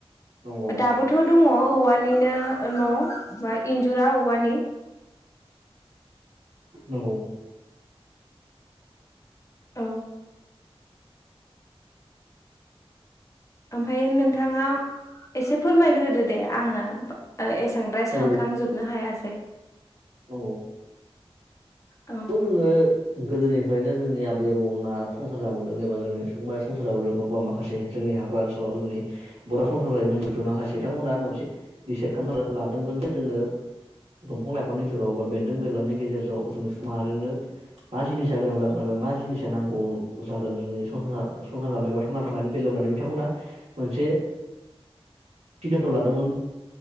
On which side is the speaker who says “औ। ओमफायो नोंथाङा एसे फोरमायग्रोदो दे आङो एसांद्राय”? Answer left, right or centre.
Left